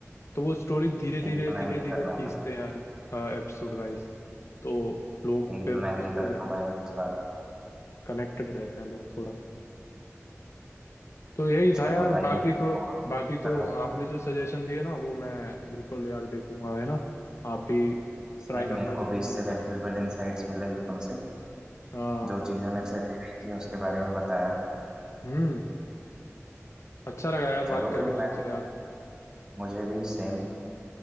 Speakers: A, on the left; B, on the right.
A: तो वो स्टोरी धीरे धीरे
B: एकदम
A: धीरे
B: एग्री कर
A: धीरे
B: रहा हूँ
A: खींचते
B: भाई
A: हैं यार एपिसोड वाइज तो लोग
B: एकदम
A: फिर
B: एग्री
A: उससे
B: करता हूँ भाई मैं इस बात पे
A: कनेक्टेड रहते हैं लोग थोड़ा तो यही
B: चलो
A: था यार
B: भाई
A: बाकी
B: मेरे
A: तो
B: को बहुत अच्छा
A: बाकी तो
B: लगा
A: आपने जो सजेशन दिए ना वो मैं बिल्कुल यार देखूंगा है ना आप भी
B: सेम
A: ट्राई करना
B: मेरे
A: जो
B: को भी
A: मैंने
B: इससे
A: बोला
B: वैल्यूएबल इंसाइट्स मिले तुमसे
A: हाँ
B: जो चीज़ें मेरे से रह रही थी उसके बारे में बताया
A: हम्म अच्छा लगा यार बात
B: चलो
A: करके
B: फिर
A: तुमसे
B: मैं
A: यार
B: मुझे भी सेम